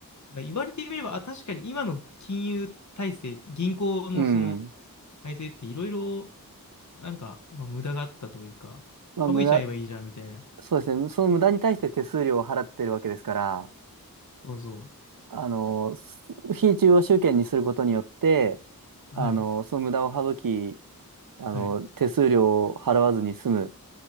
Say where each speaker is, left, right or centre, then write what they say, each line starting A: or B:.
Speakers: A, on the left (about 50°); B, on the right (about 65°).
A: なんか言われてみれば、あ、確かに今の金融体制、銀行のその
B: うん。
A: 体制っていろいろ、なんか、まあ、無駄があったというか、
B: まあ、
A: 省いちゃえばいいじゃんみたいな。
B: 無駄、そうですね。その無駄に対して手数料を払ってるわけですから、
A: そうそ
B: あの、す非中央集権にすることによって、
A: う。
B: あの、
A: はい。
B: その無駄を省き、あの、
A: はい。
B: 手数料を払わずに済む。